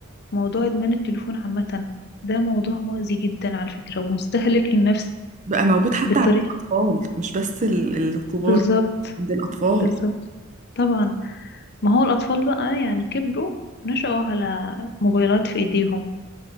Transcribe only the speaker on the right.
بقى موجود حتى
عند الاطفال مش بس ال- الكبار
عند الاطفال